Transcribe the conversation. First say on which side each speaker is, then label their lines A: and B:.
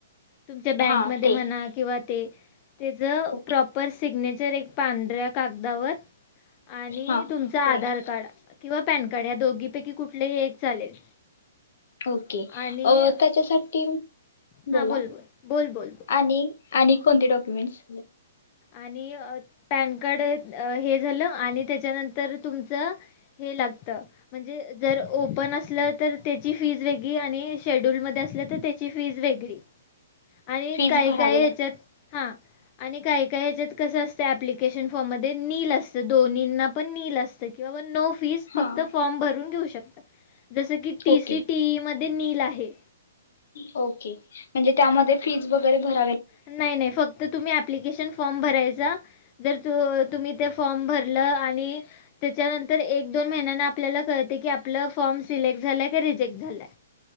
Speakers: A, on the left; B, on the left.
A: तुमच्या बँकमध्ये
B: हा ते
A: म्हणा किंवा ते त्याचं
B: ओके
A: प्रॉपर सिग्नेच त्याच्या वर एक पांढऱ्या कागदावर आणि
B: हा
A: तुमच आधार
B: प्लेन
A: कार्ड किंवा पॅन कार्ड या दोग गीपे गीप कुठलेही एक चालेल
B: ओके
A: आणि
B: अ, त्याच्यासाठी
A: हा
B: बोला
A: बोल बोल बोल बोल बोल
B: आणि आणि कोणते डॉक्युमेंट्स?
A: आणि अ त पॅन कार्ड हे झालं आणि त्याच्यानंतर तुमचं हे लाग तर म्हणजे जर ओपन असलं. तर त्याची फीज वेगळी आणि शेड्यूलमध्ये असल्या तर त्याची फीज वेगळी आणि
B: फीज
A: काही
B: भरावे
A: काही ह्येच्यात
B: लाग
A: हा आणि काय? काय हेच्यात कस असत अॲप्लिकेशन फॉर्म मध्ये नील असत दोन्हिना पण नील असतं किं बाबा नो फीज फक्त
B: हा
A: फॉर्म भरून घेऊ शकते. <unintelligible> जस की टीसी
B: ओके
A: टी मध्ये नील आहे.
B: ओके म्हणजे त्यामध्ये फीज वगरे भरणे.
A: नाही, नाही फक्त तुम्ही अप ॲप्लिकेशन फॉर्म भरायचा जर त तुम्ही ते फॉर्म भरलं आणि त्याच्यानंत तर एक दोन महिन्यांनी आपल्याला कळत की आपल फॉर्म सिलेक्ट झाला का रिजेक्ट झाला.